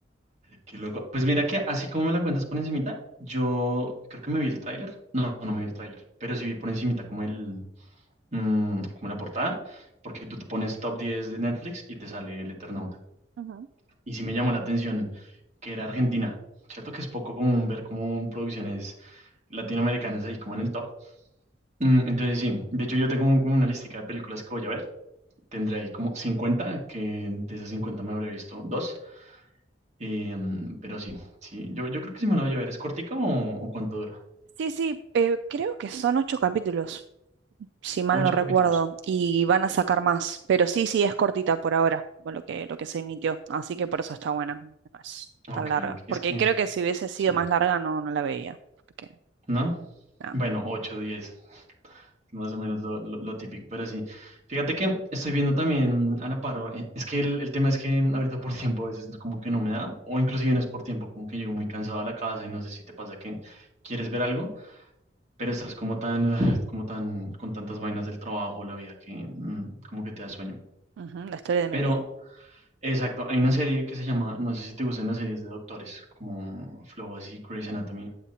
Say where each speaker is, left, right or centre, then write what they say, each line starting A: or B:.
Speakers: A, on the right (about 40°); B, on the right (about 65°).
A: qué loco. Pues mira que así como me la cuentas por encimita, yo creo que me vi el tráiler. No, no me vi el tráiler, pero sí vi por encimita como el, mm, como la portada, porque tú te pones top 10 de Netflix y te sale el Eternauta.
B: Ujú.
A: y sí me llamó la atención que era Argentina. Cierto que es poco común ver como producciones latinoamericanas ahí como en el top. Mm, Entonces sí, de hecho yo tengo un- como una listica de películas que voy a ver. Tendré ahí como cincuenta que de esas 50 me habré visto dos. Eh, mm, pero sí, sí, yo, yo creo que sí me lo voy a ver. ¿Es cortica o, o cuánto dura?
B: Sí, sí, eh, creo que son ocho capítulos, si mal
A: Ocho
B: no recuerdo,
A: capítulos.
B: y van a sacar más, pero sí, sí, es cortita por ahora, por lo que, lo que se emitió, así que por eso está buena, no es
A: Ok,
B: tan larga,
A: ok,
B: porque
A: es que,
B: creo que si hubiese sido
A: sí,
B: más larga no, no la veía, porque,
A: ¿no?
B: no,
A: Bueno, ocho, diez. más o menos lo, lo- lo típico, pero sí. Fíjate que estoy viendo también a la paro. eh, Es que el, el tema es que ahorita por tiempo a veces como que no me da, o inclusive no es por tiempo, como que llego muy cansado a la casa y no sé si te pasa que quieres ver algo, pero estás como tan, <sighs> ah, como tan, con tantas vainas del trabajo, la vida, que mm, como que te da sueño.
B: ujú, la historia de mi
A: Pero,
B: vida.
A: exacto, hay una serie que se llama, no sé si te gustan las series de doctores, como Flow así, Grey's Anatomy.